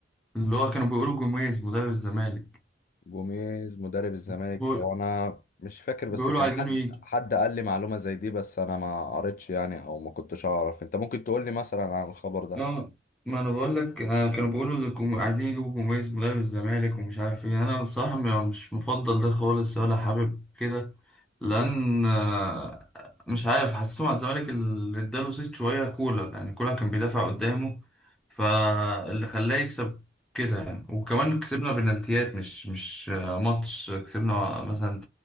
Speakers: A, in the centre; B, on the left (about 50°).
A: اللي هو كانوا بيقولوا جوميز مدرب الزمالك
B: جوميز مدرب الزمالك
A: بيقول-
B: هو أنا مش فاكر بس
A: بيقولوا
B: كان
A: عايزينه
B: حد
A: يجي
B: حد قال لي معلومة زي دي بس أنا ما قريتش يعني أو ما كنتش أعرف أنت ممكن تقول لي مثلا عن الخبر ده
A: اه ما انا بقول لك آه، كانوا بيقولوا إن الجم- عايزين يجيبوا جوميز مدرب الزمالك ومش عارف ايه انا بصراحة م- مش مفضل ده خالص ولا حابب كده لان آه، مش عارف حسيته مع الزمالك اللي اداله صيت شوية كولر يعني كولر كان بيدافع قدامه فاللي خلاه يكسب كده يعني وكمان كسبنا بنالتيات مش مش آه، ماتش كسبنا مثلا